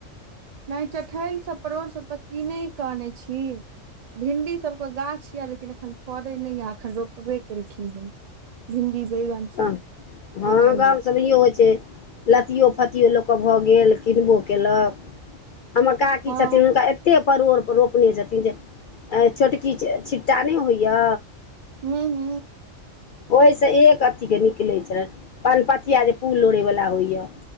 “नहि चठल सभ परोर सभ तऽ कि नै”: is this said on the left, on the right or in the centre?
Right